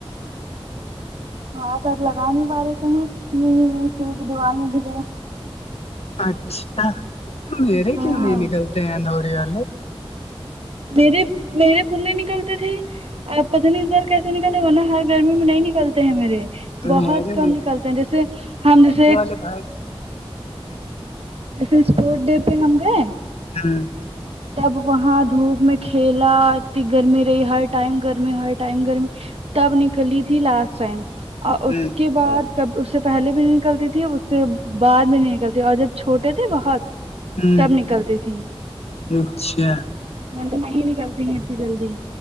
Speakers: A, on the right; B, on the left.
A: ہاں آپ لگا نہیں پا رہے تھے ہیں یہ دیوار میں بھی دیکھ را
B: اچھا میرے
A: ہاں
B: کیوں نہیں نکلتے ہیں دو ریال
A: میرے میرے خود نہی نکلتے تھے آپ پتہ نہیں اس بار کیسے نکلے ورنہ ہر گرمی میں نہیں نکلتے ہیں میرے بہت
B: میرے
A: کم نکلتے ہیں جیسے ہم جیسے
B: یہ بھائی
A: جیسے اسپورٹ ڈے پہ ہم گئے
B: ہوں
A: تب وہاں دھوپ میں کھیلا اتنی گرمی رہی ہر ٹائم گرمی ہر ٹائم گر میں تب نکلی تھی لاسٹ ٹائم اور ا اس
B: ہ
A: کے بعد تب اس سے پہلے بھی نہیں نکلتی تھی اس سے بعد بھی نہیں نکلتی اور جب چھوٹے تھے بہت
B: ہ
A: تب نکلتی تھی
B: اچھا
A: ورنہ نہیں نکلتی ہے اتنی جلدی